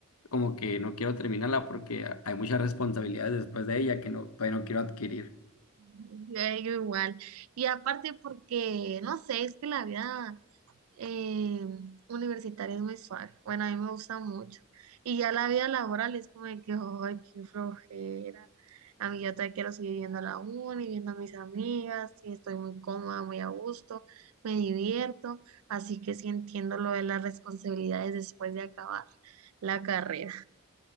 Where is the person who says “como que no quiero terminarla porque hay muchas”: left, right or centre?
Left